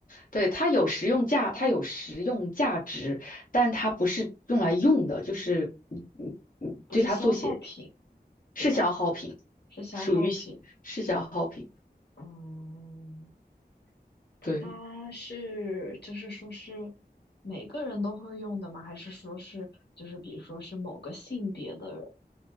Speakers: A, on the left (about 55°); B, on the left (about 75°).
A: 对，它有实用价，它有实用价值，但它不是用来用的，就是嗯嗯嗯，
B: 不是消耗品，
A: 对它做些是消耗品，
B: 对吧？是消耗品。
A: 属于是是消耗品，
B: 嗯，它是就是说是
A: 对，
B: 每个人都会用的吗？还是说是就是比如说是某个性别的